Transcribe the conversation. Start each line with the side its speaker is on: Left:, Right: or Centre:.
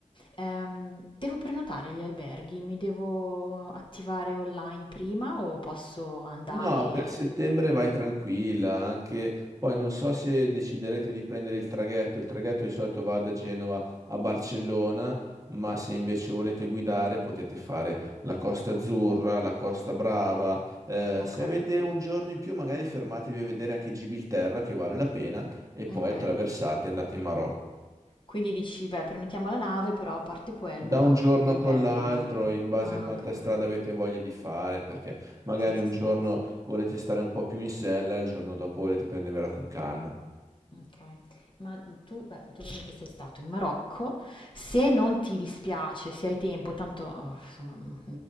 Left: Ehm, devo prenotare gli alberghi? Mi devo attivare online prima o posso andare
Right: No, per settembre vai tranquilla, anche poi non so se deciderete di prendere il traghetto, il traghetto di solito va da Genova a Barcellona, ma se invece volete guidare potete fare la Costa Azzurra, la Costa Brava, Eh,
Left: okay,
Right: se avete un giorno in più magari fermatevi a vedere anche Gibilterra che vale la pena e poi
Left: okay.
Right: attraversate e andate in Marocco.
Left: Quindi dici, beh, prenotiamo la nave, però a parte quello,
Right: Da un giorno
Left: con gli alberghi
Right: con l'altro,
Left: rimaniamo.
Right: in base
Left: Ah,
Right: a quanta
Left: ok,
Right: strada
Left: ok,
Right: avete voglia di fare, perché magari
Left: senza
Right: un
Left: stress.
Right: giorno volete stare un po' più in sella, il giorno dopo volete prendervela con calma.
Left: Ok, ma tu, beh, tu ovviamente sei stato in Marocco, se non ti dispiace, se hai tempo, tanto oh, insomma mm,